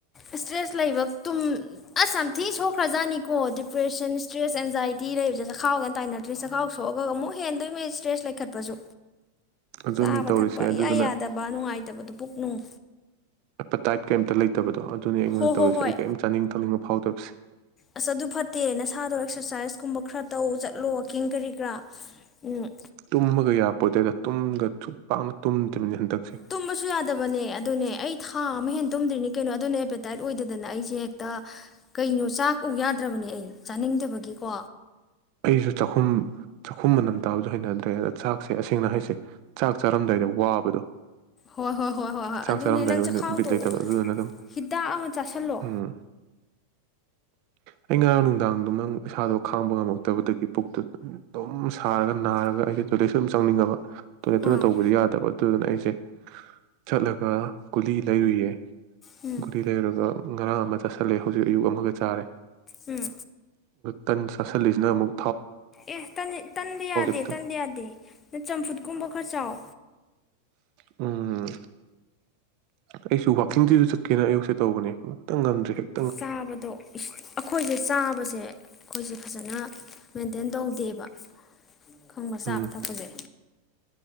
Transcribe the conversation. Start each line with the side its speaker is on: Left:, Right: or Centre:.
Left: ꯏꯁꯇ꯭ꯔꯦꯁ ꯂꯩꯕ ꯇꯨꯝ ꯑꯁ ꯌꯥꯝ ꯁꯦ ꯈ꯭ꯔꯖꯥꯅꯤꯀꯣ ꯗꯤꯄ꯭ꯔꯦꯁꯟ, ꯏꯁꯇ꯭ꯔꯦꯁ, ꯑꯦꯟꯖꯥꯏꯇꯤ ꯂꯩꯕꯁꯦ ꯆꯥꯛꯈꯥꯎꯒꯅ ꯇꯥꯏꯅꯗ꯭ꯔꯤ ꯆꯈꯥꯎ ꯁꯣꯛꯑꯒ ꯑꯃꯨꯛ ꯍꯦꯟꯗꯣꯏꯃꯩ ꯏꯁꯇ꯭ꯔꯦꯁ ꯂꯩꯈꯠꯄꯁꯨ꯫
Right: ꯑꯗꯨꯅꯤ
Left: ꯆꯥꯕ
Right: ꯇꯧꯔꯤꯁꯦ
Left: - ꯊꯛꯄ
Right: ꯑꯗꯨꯗꯨꯅ
Left: ꯏꯌꯥ ꯌꯥꯗꯕ ꯅꯨꯡꯉꯥꯏꯇꯕꯗꯨ ꯄꯨꯛ - ꯅꯨꯡ꯫
Right: ꯑꯦꯄꯥꯇꯥꯏꯞ ꯀꯦꯝꯇ ꯂꯩ ꯇꯕꯗꯣ ꯑꯗꯨꯅꯤ ꯑꯩꯉꯣꯟꯗ
Left: ꯍꯣ ꯍꯣ
Right: ꯇꯧꯔꯤꯁꯦ
Left: ꯍꯣꯏ
Right: ꯑꯩ ꯀꯔꯤꯝ ꯆꯥꯅꯤꯡ ꯊꯛꯅꯤꯡꯕ ꯐꯥꯎꯗꯕ
Left: ꯑꯁ ꯑꯗꯨ ꯐꯠꯇꯦ ꯅꯁꯥꯗꯣ ꯑꯦꯛꯁꯔꯁꯥꯏꯁꯀꯨꯝꯕ ꯈꯔ ꯇꯧ ꯆꯠꯂꯣ ꯋꯥꯋꯥꯛꯀꯤꯡ ꯀꯔꯤ ꯀꯔꯥ꯫ ꯎꯝ
Right: ꯇꯨꯝꯃꯒ ꯌꯥꯄꯣꯗꯩꯗ꯫ ꯇꯨꯝꯗ ꯁꯨꯛ ꯄꯥꯛꯅ ꯇꯨꯝꯗ꯭ꯔꯤꯕꯅꯤ ꯍꯟꯗꯛ
Left: ꯇꯨꯝꯕꯁꯨ ꯌꯥꯗꯕꯅꯦ ꯑꯗꯨꯅꯦ ꯑꯩ ꯊꯥ ꯑꯃ ꯍꯦꯟ ꯇꯨꯝꯗ꯭ꯔꯤꯅꯤ ꯀꯩꯅꯣ ꯑꯗꯨꯅ ꯍꯦꯄꯦꯇꯥꯏꯠ ꯑꯣꯏꯗꯗꯅ ꯑꯩꯁꯦ ꯍꯦꯛꯇ ꯀꯩꯅꯣ ꯆꯥꯛ ꯎ ꯌꯥꯗ꯭ꯔꯕꯅꯦ ꯑꯩ꯫ ꯆꯥꯅꯤꯡꯗꯕꯒꯤꯀꯣ꯫
Right: ꯑꯩꯁꯨ ꯆꯥꯛꯈꯨꯝ ꯆꯥꯛꯈꯨꯝ ꯃꯅꯝ ꯇꯥꯕꯗ ꯍꯩꯅꯗ꯭ꯔꯦ ꯑꯗ ꯆꯥꯛꯁꯦ ꯑꯁꯦꯡꯅ ꯍꯥꯏꯁꯦ ꯆꯥꯛ ꯆꯥꯔꯝꯗꯥꯏꯗ ꯋꯥꯕꯗꯣ꯫
Left: ꯍꯣꯏ ꯍꯣꯏ ꯍꯣꯏ ꯍꯣꯏ ꯍꯣꯏ
Right: ꯆꯥꯛ
Left: ꯑꯗꯨꯅꯦ
Right: ꯆꯥꯔꯝꯗꯥꯏꯗ
Left: ꯅꯪ
Right: ꯑꯣꯏꯅ
Left: ꯆꯈꯥꯎꯗꯧ
Right: ꯕꯤꯠ ꯂꯩꯇꯕꯗꯣ ꯑꯗꯨꯗꯨꯅ ꯑꯗꯨꯝ
Left: ꯍꯤꯗꯥꯛ ꯑꯃ ꯆꯥꯥꯁꯜꯂꯣ꯫
Right: ꯎꯝ ꯑꯩ ꯉꯔꯥꯡ ꯅꯨꯡꯗꯥꯡꯗꯣ ꯅꯪ ꯏꯁꯥꯗꯣ ꯈꯥꯡꯕ ꯉꯝꯃꯛ ꯇꯕꯗꯒꯤ ꯄꯨꯛꯇꯨ ꯑꯗꯨꯝ ꯁꯥꯔꯒ ꯅꯥꯔꯒ ꯑꯩꯁꯦ ꯇꯣꯏꯂꯦꯠꯁꯨ ꯑꯗꯨꯝ ꯆꯪꯅꯤꯡꯉꯕ ꯇꯣꯏꯂꯦꯠꯇꯨꯅ
Left: ꯑꯥ
Right: ꯇꯧꯕꯗꯤ ꯌꯥꯗꯕ ꯑꯗꯨꯗꯨꯅ ꯑꯩꯁꯦ ꯆꯠꯂꯒ ꯒꯨꯂꯤ ꯂꯩꯔꯨꯏꯌꯦ꯫
Left: ꯎꯝ
Right: ꯨꯒꯨꯂꯤ ꯂꯩꯔꯒ ꯉꯔꯥꯡ ꯑꯃ ꯆꯥꯁꯤꯜꯂꯦ ꯍꯧꯖꯤꯛ ꯑꯌꯨꯛ ꯑꯃꯒ ꯆꯥꯔꯦ꯫
Left: ꯎꯝ꯫
Right: ꯇꯟ ꯆꯥꯁꯂꯤꯁ ꯅꯥꯃꯨꯛ
Left: ꯑꯦ ꯇꯟꯗꯤ ꯌꯥꯗꯦ
Right: ꯈꯤꯇꯪ
Left: ꯇꯟꯗꯤ ꯌꯥꯗꯦ ꯅ ꯆꯝꯐꯨꯠ ꯀꯨꯝꯕ ꯈꯔ ꯆꯥꯎ꯫
Right: ꯎꯝ ꯑꯩꯁꯨ ꯋꯥꯛꯀꯤꯡꯗꯨꯁꯨ ꯆꯠꯀꯦꯅ ꯑꯌꯨꯛꯁꯦ ꯇꯧꯕꯅꯦ ꯑꯃꯨꯛꯇꯥ ꯉꯝꯗ꯭ꯔꯤ ꯫
Left: ꯆꯥꯕꯗꯣ ꯑꯩꯈꯣꯏꯁꯦ ꯆꯥꯕꯁꯦ ꯑꯩꯈꯣꯏꯁꯦ ꯐꯖꯅ ꯃꯦꯟꯇꯦꯟ ꯇꯧꯗꯦꯕ ꯈꯪꯕ ꯆꯥꯕ
Right: ꯎꯝ
Left: ꯊꯛꯄꯁꯦ